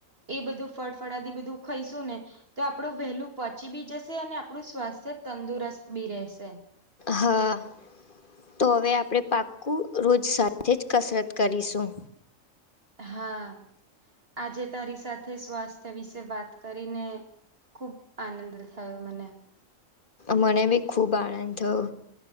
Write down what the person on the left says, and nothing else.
હા તો હવે આપણે પાક્કું રોજ સાથે જ કસરત કરીશું
મને બી ખૂબ આનંદ થયો